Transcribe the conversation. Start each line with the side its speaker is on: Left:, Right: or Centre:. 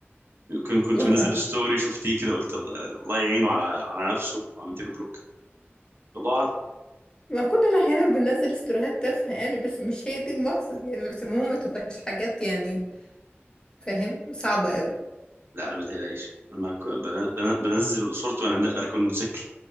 Right: كنت كنت
Left: <laughs>
Right: منزل ستوري شفتيه كده قلت الله الله يعينه على على نفسه وعملت له بلوك الله اعلم
Left: ما كنا أحيانا بننزل استوريهات تافهة يعني بس مش هي دي المقصد يعني بس المهم ما تبقاش حاجات يعني فاهم صعبة قوي
Right: لا انا ما تقلقيش انا ما ك- بن- بن- بنزل صورتي وانا اركب الموتوسيكل